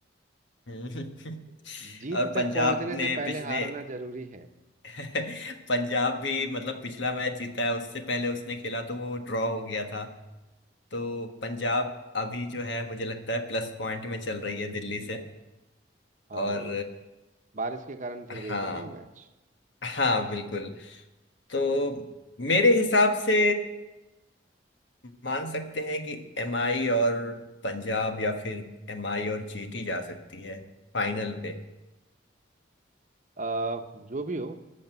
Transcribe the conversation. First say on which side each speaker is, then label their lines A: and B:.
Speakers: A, on the left (about 75°); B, on the right (about 40°).
A: हम्म। <laughs>
B: जीत
A: और
B: तक
A: पंजाब
B: पहुंचने से
A: ने
B: पहले
A: पिछले
B: हारना जरूरी है
A: <laughs> पंजाब भी मतलब पिछला मैच जीता है उससे पहले उसने खेला तो वो ड्रॉ हो गया था तो पंजाब अभी जो है मुझे लगता है प्लस पॉइंट में चल रही है दिल्ली से
B: हाँ
A: और
B: वो बारिश के कारण धुल
A: अ,
B: गई
A: हाँ
B: थी ना वो मैच
A: हाँ बिल्कुल तो मेरे हिसाब से मान सकते हैं कि एमआई और पंजाब या फिर एमआई और जीटी जा सकती है फाइनल पे
B: आ, जो भी हो